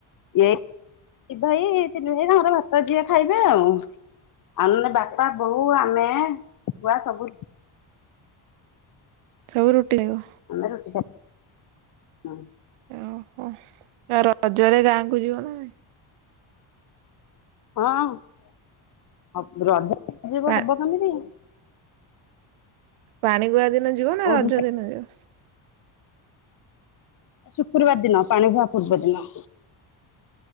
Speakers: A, on the left; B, on the right.
A: ଏ ଦି ଭାଇ ତିନି ଭାଇ ତାଙ୍କର ଭାତ ଯିଏ ଖାଇବେ ଆଉ। ଆମେ ବାପା ବଉ ଆମେ ପୁଆ ସବୁ
B: ସବୁ ରୁଟି ଆଇବ।
A: ଆମେ ରୁଟି ହଁ <unintelligible>
B: ଓହୋ ଆଉ ରଜରେ ଗାଁ କୁ ଯିବ ନା ନାଇ?
A: ହଁ ରଜ ହ ନଯିବ
B: ପା
A: ହବ କେମିତି?
B: ପାଣି ଗୁଆ ଦିନ ଯିବ ନା
A: ଓଡିଶା
B: ରଜ ଦିନ ଯିବ?
A: ଶୁକ୍ରବାର ଦିନ ପାଣି ବୁହା ପୂର୍ବ ଦିନ।